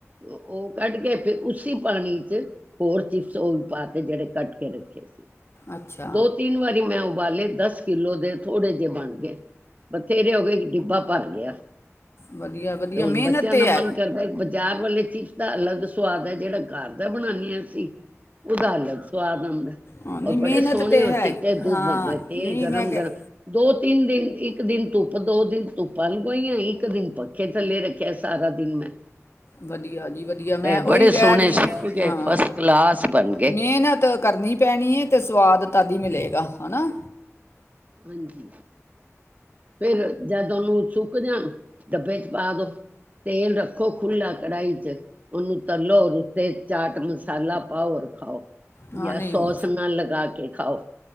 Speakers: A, on the right; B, on the left.
A: ਉਹ ਕੱਢ ਕੇ ਫਿਰ ਉਸਸੀ ਪਾਣੀ ਚ ਹੋਰ ਚਿਪਸ ਉਹ ਵੀ ਪਾਤੇ ਜਿਹੜੇ ਕੱਟ ਕੇ ਰੱਖਿਆ ਸੀ
B: ਅੱਛਾ
A: ਦੋ ਤਿੰਨ ਵਾਰੀ ਮੈਂ ਉਬਾਲੇ ਦਸ ਕਿੱਲੋ ਦੇ ਥੋੜੇ ਜਿਹੇ ਬਣ ਗਏ ਬਥੇਰੇ ਹੋ ਗਏ ਡਿੱਬਾ ਭਰ ਗਿਆ
B: ਵਧੀਆ ਵਧੀਆ
A: ਤੇ ਹੁਣ
B: ਮਿਹਨਤ
A: ਬੱਚਿਆਂ
B: ਤੇ
A: ਦਾ ਮਨ
B: ਹੈ
A: ਕਰਦਾ ਇੱਕ ਬ ਚਾਰ ਵਾਲੇ ਚਿਪਸ ਦਾ ਅਲੱਗ ਸਵਾਦ ਹੈ ਜਿਹੜਾ ਘਰ ਦਾ ਬਣਾਉਂਦੇ ਹਾਂ ਅਸੀਂ ਉਦਾਹਰਣ ਸ
B: ਹਾਂ ਨਹੀਂ
A: ਔਰ
B: ਮਿਹਨਤ
A: ਬੜੇ ਸੋਹਣੇ
B: ਤੇ
A: ਔਰ
B: ਹੈ
A: ਚਿੱਟੇ ਦੁੱਧ
B: ਹਾਂ
A: ਬਣਦੇ ਤੇਲ
B: ਨਹੀਂ
A: ਗਰਮ
B: ਮੈਂ ਕਹਿ
A: ਗਰਮ ਦੋ ਤਿੰਨ ਦਿਨ ਇੱਕ ਦਿਨ ਧੁੱਪ ਦੋ ਦਿਨ ਧੁੱਪਾਂ ਲਗਵਾਈਆਂ ਇੱਕ ਦਿਨ ਪੱਖੇ ਥੱਲੇ ਰੱਖਿਆ ਸਾਰਾ ਦਿਨ ਮੈਂ
B: ਵਧੀਆ ਜੀ ਵਧੀਆ ਮੈਂ
A: ਤੇ
B: ਉਹੀ
A: ਬੜੇ ਸੋਹਣੇ
B: ਕਹਿ ਰਹੀ
A: ਸੁੱਕ
B: ਹਾਂ
A: ਗਏ
B: ਹਾਂ
A: ਫਸਟ ਕਲਾਸ ਬਣ ਗਏ
B: ਮਿਹਨਤ ਕਰਨੀ ਪੈਣੀ ਹੈ ਤੇ ਸਵਾਦ ਤਾਦੀ ਮਿਲੇਗਾ ਹਨਾ
A: ਹਾਂਜੀ ਫਿਰ ਜਦ ਨੂੰ ਸੁੱਕ ਜਾਣ ਡੱਬੇ ਚ ਪਾ ਦੋ ਤੇਲ ਰੱਖੋ ਖੁਲਾ ਕੜਾਹੀ ਚ ਓਨੂੰ ਤਲੋ ਰ ਉਤੇ ਚਾਟ ਮਸਾਲਾ ਪਾਓ ਔਰ ਖਾਓ
B: ਹਾਂ
A: ਜਾਂ
B: ਨਹੀਂ
A: ਸੋਸ ਨਾਲ ਲਗਾ ਕੇ ਖਾਓ